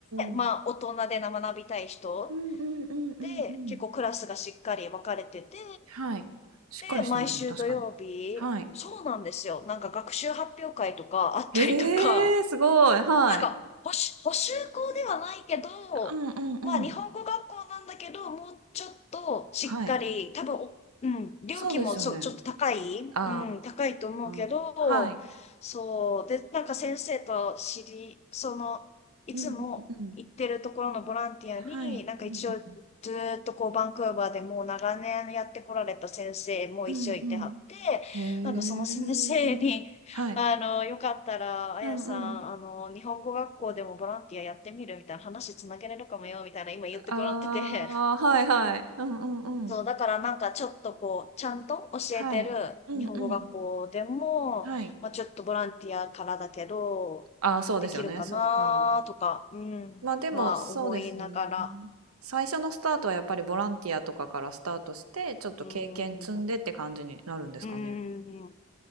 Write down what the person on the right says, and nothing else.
ー、
うんうんうんうんうん
はい。しっかりしてますね、
確かに。はい。
えー、すごい、はい。
うんうんうん
はい。
そうですよね。
あ
あ、はい。
うんうんうん。はい。
うんうん。うんうん。へえ。
はい。
うんうん。
ああ、はいはい。うんうんうん。
はい。うんうん。はい。
ああ、そうですよね。
そっか。
まあでも、
そうですね。最初のスタートはやっぱりボランティアとかからスタートして、ちょっと経験積んでって感じになるんですかね。